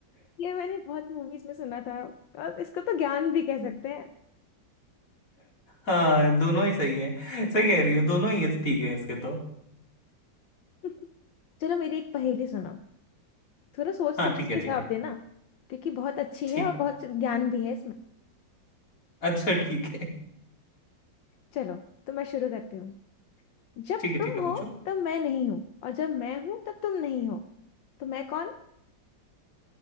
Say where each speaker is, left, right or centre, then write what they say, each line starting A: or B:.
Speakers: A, on the left; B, on the left.
A: ये मैंने बहुत मूवीज में सुना था और इसको तो ज्ञान भी कह
B: <laughs>
A: सकते हैं
B: हाँ दोनों ही सही है सही कह रही हो दोनों ही है ठीक है इसके तो
A: <laughs> चलो मेरी एक पहेली सुनाओ थोड़ा सोच
B: हाँ
A: समझ
B: ठीक
A: के
B: है ठीक
A: जवाब
B: है
A: देना क्योंकि बहुत अच्छी
B: ठीक
A: है और
B: है
A: बहुत ज्ञान भी है इसमें
B: अच्छा ठीक है
A: चलो तो मैं शुरू करती हूँ जब
B: ठीक है
A: तुम
B: ठीक है
A: हो
B: पूछो
A: तब मैं नहीं हूँ और जब मैं हूँ तब तुम नहीं हो तो मैं कौन